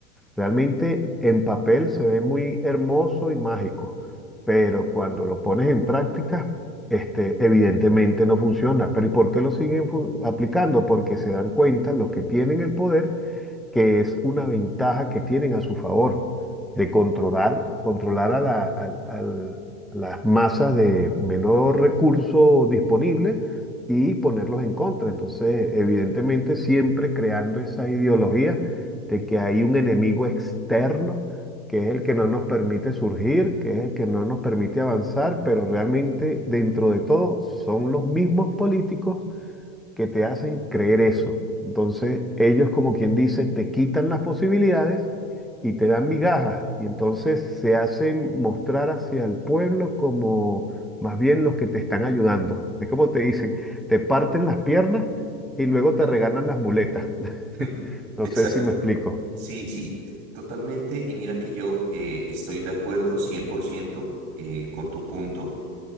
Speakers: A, in the centre; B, on the right.
A: Realmente en papel se ve muy hermoso y mágico, pero cuando lo pones en práctica, este, evidentemente no funciona. Pero ¿y por qué lo siguen fu- aplicando? Porque se dan cuenta los que tienen el poder que es una ventaja que tienen a su favor de controlar, controlar a, la- al- al- a las masas de menor recurso disponible y ponerlos en contra. Entonces, evidentemente, siempre creando esa ideología de que hay un enemigo externo que es el que no nos permite surgir, que es el que no nos permite avanzar, pero realmente dentro de todo son los mismos políticos que te hacen creer eso. Entonces, ellos, como quien dice, te quitan las posibilidades y te dan migajas. Y entonces se hacen mostrar hacia el pueblo como más bien los que te están ayudando. Es como te dicen, te parten las piernas y luego te
B: exacto.
A: regalan las muletas.
B: <laughs>
A: <laughs> No
B: Exacto.
A: sé si me explico.
B: Sí, sí, eh, totalmente. Y mira que yo eh, estoy de acuerdo 100% eh, con tu punto.